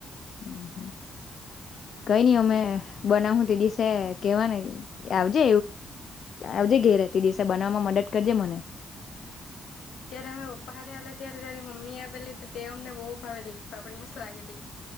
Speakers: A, on the left; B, on the left.
A: હમ હમ કઈ નઈ અમે બનાવું તે દસે કેવા ને આવજે એવું ઘેર તે દિવસે બનાવવામાં મદદ કરજે મને
B: ત્યારે અમે પપ્પા સાથે આવે ત્યારે તારી મમ્મી આવેલી તે અમને બહુ ભાવેલી પાપડી મસ્ત લાગેલી